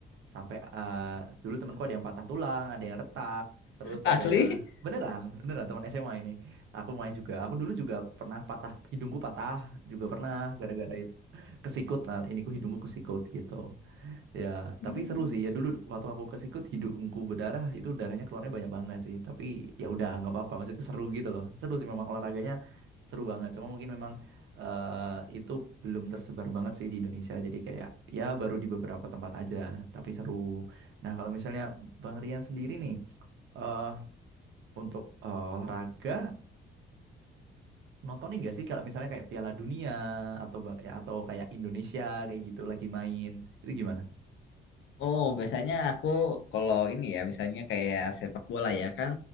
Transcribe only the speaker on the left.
Asli?
Hmm.
Oh, biasanya aku kalau ini ya, misalnya kayak sepak bola ya kan